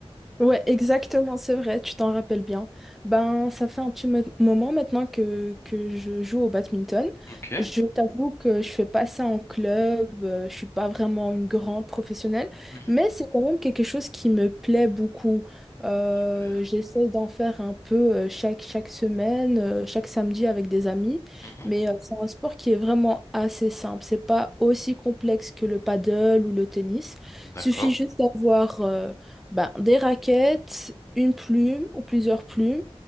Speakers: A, in the centre; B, on the left.
A: Ouais, exactement, c'est vrai, tu t'en rappelles bien. Ben, ça fait un petit mo- moment maintenant que, que je joue au badminton.
B: Ok,
A: Je t'avoue que je fais pas ça en club, euh, je suis pas vraiment une grande professionnelle,
B: Mhm,
A: mais c'est quand même quelque chose qui me plaît beaucoup. Euh,
B: super.
A: j'essaye d'en faire un peu euh, chaque, chaque semaine, euh, chaque samedi avec des amis,
B: mhm.
A: mais euh, c'est un sport qui est vraiment assez simple. C'est pas aussi complexe que le paddle ou le tennis.
B: D'accord.
A: Suffit juste d'avoir euh, ben, des raquettes, une plume ou plusieurs plumes,